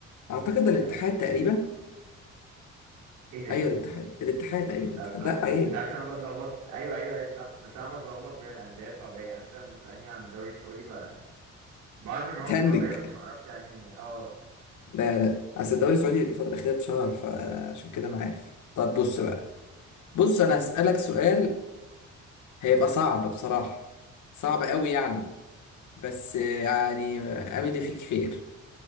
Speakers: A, on the left; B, on the right.
A: اعتقد ده الاتحاد
B: آه
A: تقريبا
B: ايه ده
A: ايوه الاتحاد الاتحاد ايوه الاتحاد
B: اه صح
A: لا ايه
B: انت عارف إن انا بتلخبط ايوه ايوه ايوه صح بس انا بتلخبط بين الانديه السعوديه يعني انت لما تسالني عن الدوري السعودي ب... بعرف ان هو
A: تهنج
B: في السعوديه بس ما اعرفش يعني هنا. اه
A: لا لا اصل الدوري السعودي الفترة الأخيرة اتشهر فعشان كده أنا عارف طب بص بقى بص أنا هسألك سؤال هيبقى صعب بصراحة صعب قوي يعني
B: مم.
A: بس يعني أمل فيك خير